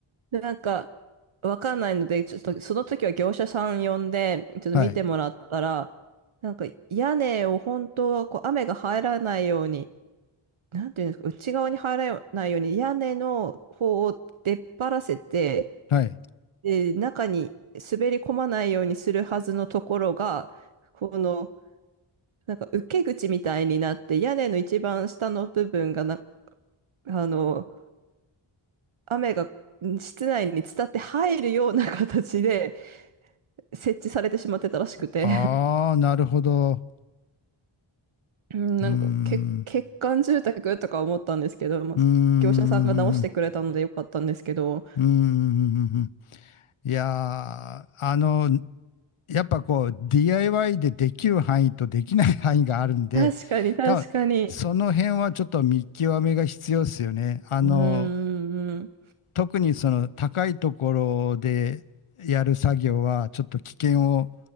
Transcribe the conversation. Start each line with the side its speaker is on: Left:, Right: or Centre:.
Right: なんか、わかんないので、ちょっと、その時は業者さん呼んで、ちょっと見てもらったら、
Left: はい、
Right: なんか屋根を本当はこう雨が入らないように、なんていうんですか、内側に入らないように屋根の方を出っ張らせて、
Left: はい。
Right: で、中に滑り込まないようにするはずのところが、この、なんか受け口みたいになって、屋根の一番下の部分がな、あの、雨が室内に伝って入るような形で設置されてしまってたらしくて、
Left: ああ、なるほど。
Right: <laughs> なんか、
Left: うーん。
Right: け欠陥住宅とか思ったんですけど、まあ、
Left: うーん、
Right: 業者さんが直してくれたのでよかったんですけど、
Left: うーん。いやー、あの、やっぱこう、DIY でできる範囲とできない範囲があるんで、
Right: 確かに確かに。
Left: 多分、その辺はちょっと見極めが必要ですよね。あの、
Right: うんうんうん。
Left: 特にその高いところでやる作業は、ちょっと危険を